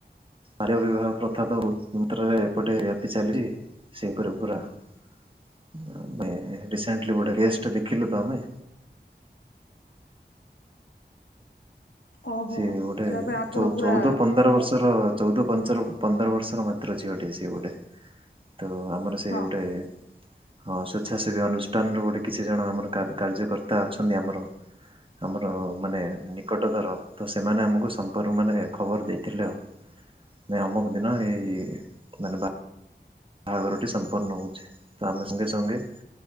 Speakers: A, on the right; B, on the left.
A: ଆର୍ଯ୍ୟ ବିବାହ ପ୍ରଥା ତହୁ ମନ୍ତ୍ରରେ ଏପଟେ ବ୍ୟାପି ଚାଲିଛି। ସେ ପବ କରିବା ଆମେ ରିସେଣ୍ଟଲି ଗୋଟେ କେସ ଟେ ଦେଖିଲୁ ତ ଆମେ
B: ଓହୋ
A: ସେ
B: ହୋ
A: ଗୋଟେ
B: ସେଟା ପାଇଁ ଆପଣ
A: ଚ-ଚ-ଚଉଦ
B: ପୁରା
A: ପନ୍ଦର ବର୍ଷର ଚଉଦ ପନ୍ଦ ପ ପନ୍ଦର ବର୍ଷର ମାତ୍ର ଝିଅଟେ ସେ ଗୋଟେ ତ ଆମର ସେ
B: ହଁ
A: ଗୋଟେ। ହଁ ସ୍ଵେଚ୍ଛାସେବୀ ଅନୁଷ୍ଠାନର ଗୋଟେ କିଛି ଜଣ ଆମର କା କାର୍ଯ୍ୟକର୍ତ୍ତା ଅଛନ୍ତି ଆମର। ଆମର ମାନେ ନିକଟତର। ତ ସେମାନେ ଆମକୁ ସମ୍ପର୍କ ମାନେ ଖବର ଦେଇଥିଲେ ଆଉ। ମାନେ ଅମକ ଦିନ ଏଇ ମାନେ ବା ବାହାଘରଟି ସମ୍ପନ୍ନ ହଉଛି ତ ଆମେ ସଙ୍ଗେ ସଙ୍ଗେ